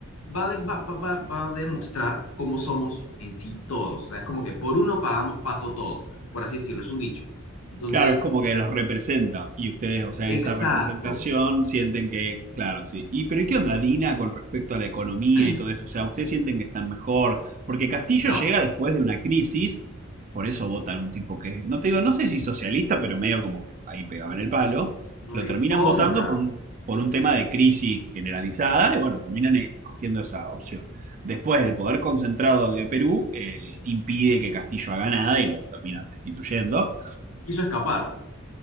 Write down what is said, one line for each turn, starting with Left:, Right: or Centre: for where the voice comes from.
Left: va, de- va, va, va- va a demostrar cómo somos en sí todos. O sea, es como que por uno pagamos pato todos, ¿no? Por así decirlo, es un dicho. Entonces,
Right: Claro, es como que los representa y ustedes, o sea,
Left: exacto.
Right: esa representación sienten que, claro, sí. Y pero ¿y qué onda Dina con respecto a la economía
Left: <clears throat>
Right: y todo eso? O sea, ustedes sienten que están mejor, porque Castillo
Left: No,
Right: llega después de una crisis, por eso votan un tipo que, no te digo, no sé si socialista, pero medio como que ahí pegaban el palo, lo
Left: recontra.
Right: terminan votando por un, por un tema de crisis generalizada y bueno, terminan e- escogiendo esa opción. Después, el poder concentrado de Perú eh, impide que Castillo haga nada y lo terminan destituyendo.
Left: Hizo escapar.